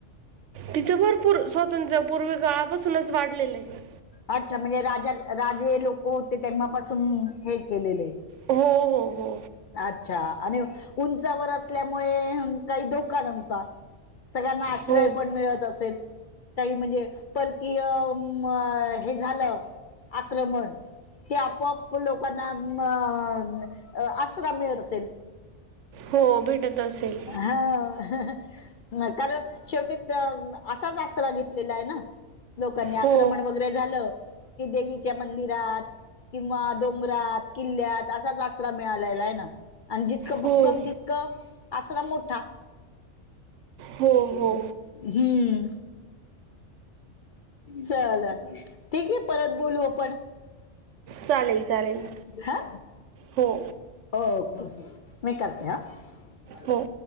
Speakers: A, on the right; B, on the left.
A: तिचं भरपूर स्वातंत्र्य पूर्वी काळापासूनच वाढलेलं आहे.
B: अच्छा म्हणजे राजा राजे लोक होते तेव्हा पासून हे केलेल आहे.
A: हो हो हो
B: अच्छा आणि उंचावर असल्यामुळे काही धोका नव्हता सगळ्यांना आश्रय
A: हो हो
B: पण मिळत असेल काही म्हणजे परकीय अ म हे झालं आक्रमण की आपोआप लोकांना म अ आश्रा मिळत असेल.
A: हो भेटत असेल.
B: ह हा हा कारण शेवटी असाच आसरा घेतलेला आहे ना लोकांनी आक्रमण
A: हो
B: वगैरे झालं की देवीच्या मंदिरात किंवा डोंगरात किल्ल्यात असाच आसरा मिळालेला आहे ना आणि जी जितकं भक्कम
A: हो हो
B: तितकं आसरा मोठा
A: हो
B: हम्म
A: हो
B: चला ठीक आहे परत बोलू आपण
A: चालेल चालेल
B: हा
A: हो
B: ओके मी करते हा
A: हो